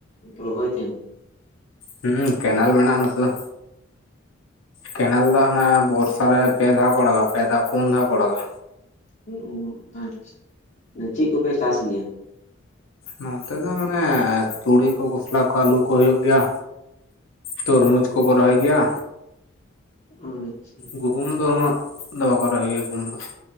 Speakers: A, on the left; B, on the left.
A: ᱨᱚᱦᱚᱭ ᱛᱟᱦᱮᱱᱟ?
B: ᱦᱮᱸ ᱠᱮᱱᱮᱞ ᱢᱮᱱᱟᱜᱼᱟ ᱱᱚᱛᱮ ᱫᱚ ᱠᱮᱱᱮᱞ ᱫᱚ ᱚᱱᱟ ᱵᱚᱨᱥᱟ ᱥᱟᱨᱮ ᱯᱮ ᱫᱷᱟᱣ ᱠᱚ ᱚᱲᱟᱜᱟ ᱯᱮ ᱫᱷᱟᱣ ᱯᱩᱱ ᱫᱷᱟᱣ ᱠᱳ ᱚᱲᱟᱜᱟ
A: <unintelligible> ᱟᱪᱪᱷᱟ ᱪᱮᱫ ᱠᱚ ᱯᱮ ᱪᱟᱥ ᱜᱮᱭᱟ?
B: ᱱᱚᱱᱛᱮ ᱫᱚ ᱢᱟᱱᱮ ᱛᱩᱲᱤ ᱠᱚ ᱠᱷᱚᱥᱞᱟ ᱠᱚ ᱟᱹᱞᱩ ᱠᱚ ᱦᱩᱭᱩᱜ ᱜᱮᱭᱟ᱾ ᱛᱚᱨᱢᱩᱡᱽ ᱠᱚ ᱠᱚ ᱨᱚᱦᱚᱭ ᱜᱮᱭᱟ?
A: ᱚᱸ ᱟᱪᱪᱷᱟ
B: ᱜᱩᱦᱩᱢ ᱫᱚ ᱩᱱᱟᱹᱜ ᱫᱚ ᱵᱟᱠᱚ ᱨᱚᱦᱚᱭ ᱜᱮᱭᱟ ᱜᱩᱦᱩᱢ ᱫᱚ᱾